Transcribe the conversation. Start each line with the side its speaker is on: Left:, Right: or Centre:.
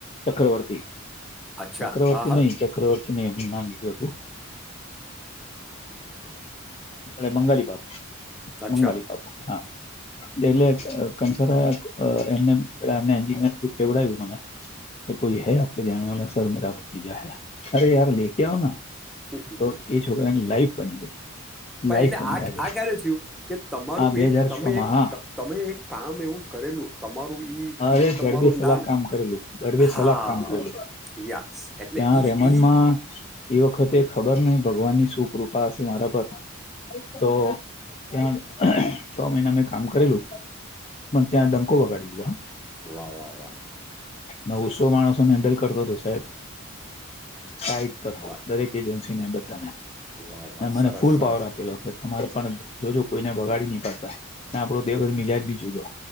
Left: ચક્રવર્તી.
Centre: અચ્છા
Left: ચક્રવર્તી
Centre: હા હા
Left: નહી ચક્રવર્તી નહી હું નામ બીજું હતું અ <unintelligible> બંગાલી બાપુ
Centre: અચ્છા
Left: બંગાલી બાપુ હા. ડેલે કંસરા એમને એન્જીનીયર થ્રુ કેવડાવ્યું મને કે કોઈ હૈ આપ કે ધ્યાન વાલા સર મારા ભતીજા હે અરે યાર લેકે આઓ ના.
Centre: શી શી
Left: તો એ છોકરાની લાઈફ બની ગઈ.
Centre: પણ
Left: લાઈફ
Centre: એટલે
Left: બની
Centre: આ
Left: આજે
Centre: આ ક્યારે થયું કે તમારું
Left: આ બે
Centre: એક
Left: હજાર
Centre: તમે
Left: છ માં
Centre: એક
Left: હા
Centre: તમે એક કામ એવું. કરેલું તમારું ઈ
Left: અરે
Centre: ઈ
Left: જડબી
Centre: તમારું
Left: સલાક
Centre: નામ
Left: કામ કરેલું જડબે
Centre: હા
Left: સલાક કામ કરેલું.
Centre: યસ એટલે
Left: ત્યાં
Centre: ઈ
Left: રેમાન્ડમાં
Centre: ઈ
Left: એ વખતે ખબર નહીં ભગવાન ની શું કૃપા હશે મારા પર. તો ત્યા છ મહિના મેં કામ કરેલું. મન ત્યા ડંકો વગાડી લીધો હ
Centre: વાહ વાહ વાહ.
Left: નવસો માણસોને હેન્ડલ કરતો હતો સાહેબ. સાઈટ પર
Centre: બ-
Left: દરેક એજન્સીને બધાને.
Centre: વાહ વાહ
Left: એ મને
Centre: સરસ
Left: ફૂલ
Centre: સરસ
Left: પાવર આપેલો છેે. તમારે પણ જોજો કોઈને વગાડી નહી પડતા આપડો તે વખત મિજાજ બી જુદો.